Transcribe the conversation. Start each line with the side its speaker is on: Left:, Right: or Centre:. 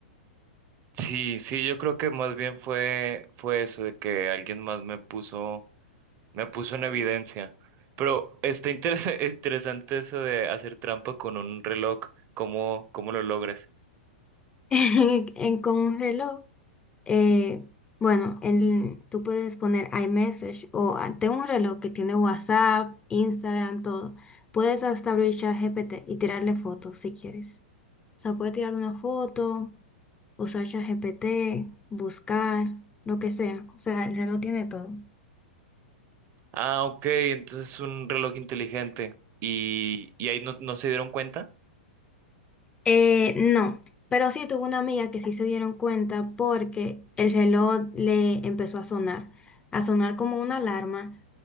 Right: Sí, sí, yo creo que más bien fue, fue eso de que alguien más me puso, me puso en evidencia. Pero está interes- <laughs> interesante eso de hacer trampa con un reloj, ¿cómo, cómo lo logras?
Left: <laughs> En, en- con un reloj. eh, bueno, el- tú puedes poner iMessage o ah, tengo un reloj que tiene WhatsApp, Instagram, todo. Puedes hasta abrir ChatGPT y tirarle fotos si quieres. O sea, puedes tirar una foto, usar ChatGPT, buscar, lo que sea. O sea, el reloj tiene todo.
Right: Ah, ok, entonces es un reloj inteligente. Y, y ahí no, no se dieron cuenta.
Left: Eh, no, pero sí tuve una amiga que sí se dieron cuenta porque el reloj le empezó a sonar, a sonar como una alarma,